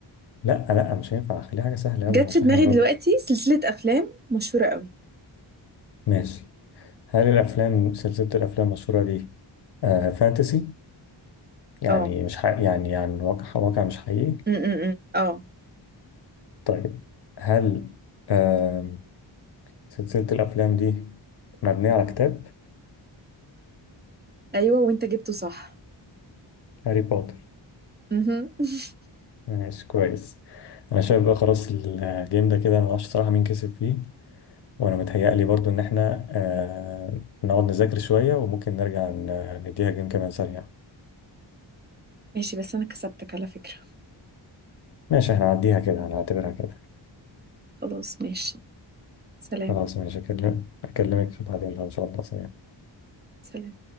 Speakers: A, on the left (about 60°); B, on the right (about 25°).
A: لا لا مش هينفع خليها حاجة سهلة يلا
B: جت
A: عشان
B: في دماغي
A: احنا نربط
B: دلوقتي سلسلة أفلام مشهورة قوي
A: ماشي هل الافلام سلسلة الافلام المشهورة دي آه فانتسي يعني
B: اه
A: مش حقيقي يعني يعني واقع واقع مش حقيقي
B: م- م- م. اه
A: طيب هل آم، سلسلة الأفلام دي مبنية على كتاب
B: أيوة وأنت جبته صح
A: هاري بوتر
B: مهم. <laughs>
A: ماشي كويس أنا شايف بقى خلاص الجيم ده كده أنا معرفش صراحة مين كسب فيه وأنا متهيألي برضو إن إحنا آه، نقعد نذاكر شوية وممكن نرجع ن- نديها جيم كمان سريع
B: ماشي بس أنا كسبتك على فكرة
A: ماشي إحنا هنعديها كده هنعتبرها كده
B: خلاص ماشي سلام
A: خلاص ماشي أكلم- أكلمك بعدين بقى إن شاء الله سريع
B: سلام